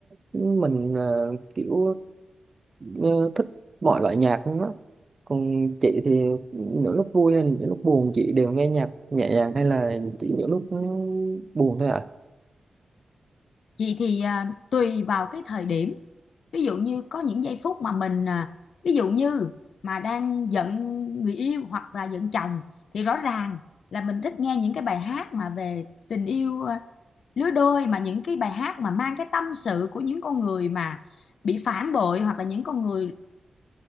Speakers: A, on the right; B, on the left.
A: mình ờ, kiểu ờ, thích mọi loại nhạc luôn á còn chị thì những lúc vui hay là những lúc buồn chị đều nghe nhạc nhẹ nhàng hay là chỉ những lúc ờ, buồn thôi ạ
B: Chị thì à, tùy vào cái thời điểm. Ví dụ như có những giây phút mà mình à, ví dụ như mà đang giận người yêu hoặc là giận chồng thì rõ ràng là mình thích nghe những cái bài hát mà về tình yêu à, lứa đôi mà những cái bài hát mà mang cái tâm sự của những con người mà bị phản bội hoặc là những con người